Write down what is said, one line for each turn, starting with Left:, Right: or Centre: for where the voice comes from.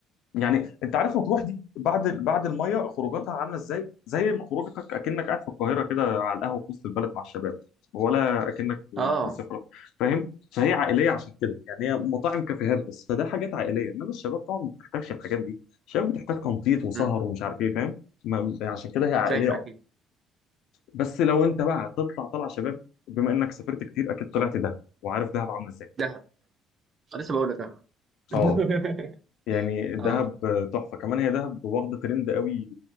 Left: يعني انت عارف مطروح دي بعد بعد الميه خروجاتها عامله ازاي؟ زي خروجتك اكنك قاعد في القاهره كده على القهوه في وسط البلد مع الشباب ولا اكنك في
Right: اه
Left: مصيف ولا- فاهم؟ فهي عائليه عشان كده يعني هي
Right: مم.
Left: مطاعم كافيهات بس فده حاجات عائليه انما الشباب طبعا ما بتحتاجش الحاجات دي الشباب بتحتاج تنطيط وسهر
Right: مم.
Left: ومش عارف ايه فاهم؟ ما- عشان كده هي عائليه
Right: فاهم اكيد
Left: اكتر بس لو انت بقى هتطلع طلعه شباب بما انك سافرت كتير اكيد طلعت دهب وعارف دهب عامله ازاي
Right: دهب أنا لسه بقول لك اه <laughs>
Left: اه يعني دهب
Right: اه
Left: تحفه كمان هي دهب واخده ترند قوي